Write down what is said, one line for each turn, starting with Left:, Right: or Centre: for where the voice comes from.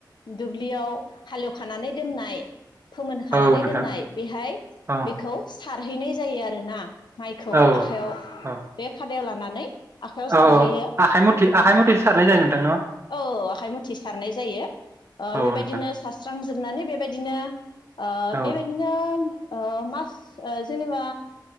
Left: दुब्लियाव हालेवखानानै दोननाय। फोमोन हानानै
Right: औ नोंथां
Left: दोननाय बेहाय
Right: औ
Left: बेखौ। सारहैनाय जायो आरोना। माइखौ
Right: औ
Left: आखाइयाव
Right: औ
Left: बे। खादायाव लानानै। आखाइयाव
Right: औ
Left: सारहैयो
Right: औ आखाइ मथे आखाइ मथेसो सारनाय जायो नोंथां न।
Left: औ औ आखाय मुथिजों सारनाय जायो ओ
Right: औ
Left: बेबादिनो।
Right: नोंथां
Left: थांजोबनानै बेबायदिनो। ओ
Right: औ
Left: बेबायदिनो। ओ मास जेनेबा